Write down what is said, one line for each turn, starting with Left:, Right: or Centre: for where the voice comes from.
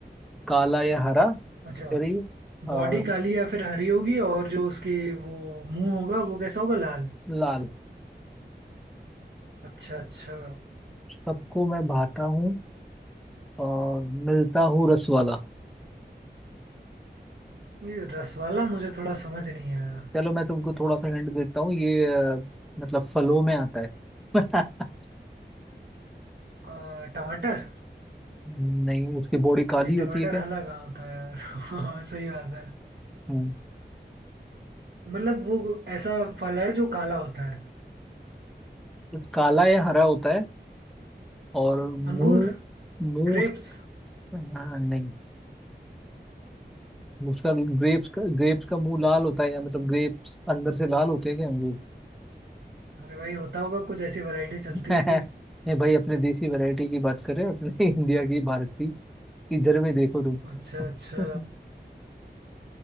Centre: काला या हरा
Right: अच्छा
Centre: करी
Right: बॉडी
Centre: और
Right: काली या फिर हरी होगी और जो उसकी वो मुंह होगा वो कैसा होगा लाल
Centre: लाल
Right: अच्छा अच्छा
Centre: सबको मैं भाता हूँ और मिलता हूँ रस वाला
Right: ये रस वाला मुझे थोड़ा समझ नहीं आया
Centre: चलो मैं तुमको थोड़ा सा हिंट देता हूँ ये अ, मतलब फलों में आता है <laughs>
Right: आ, टमाटर
Centre: नहीं उसकी बॉडी काली
Right: नहीं टमाटर
Centre: होती है क्या
Right: हला कहाँ होता है यार <laughs> सही बात है
Centre: हम्म,
Right: मतलब वो ऐसा फल है जो काला होता है
Centre: काला या हरा होता है और मुंह
Right: अंगूर
Centre: मुंह
Right: ग्रेप्स
Centre: उस- हाँ, नहीं उसका ग्रेप्स का ग्रेप्स का मुंह लाल होता है
Right: अरे
Centre: या मतलब ग्रेप्स अंदर से लाल होते हैं क्या अंगूर
Right: भाई होता होगा कुछ ऐसी वैरायटी चलती
Centre: <laughs>
Right: होगी
Centre: नहीं भाई अपने देसी वैरायटी की बात कर रहे हैं अपने <laughs> इंडिया की भारत की इधर में देखो तुम
Right: अच्छा अच्छा
Centre: <laughs>